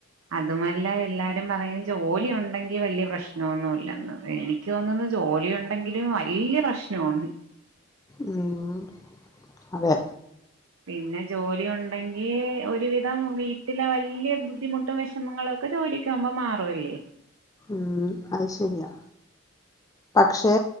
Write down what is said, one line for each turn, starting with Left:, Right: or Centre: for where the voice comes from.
Right: അതുമല്ല എല്ലാരും പറയും ജോലിയുണ്ട് ണ്ടങ്കി വല്യ പ്രശ്നോൊന്നുമല്ലെ എനിക്ക് തോന്നുന്നു ജോലിയ ഉണ്ടെങ്കിലും വലിയപ്രശ്നന്ന്
Left: ഉവ്വെ
Right: പിന്നെ ജോലി ഉണ്ടെങ്കി ഒരുവിധം വീട്ടിലെ വലിയ ബുദ്ധിമുട്ടും വിഷമങ്ങള ഒക്കെ ജോലിക്പോ വുമ്പോ മാറുംല്ലേ
Left: ഉം അത് ശരിയാ പക്ഷെ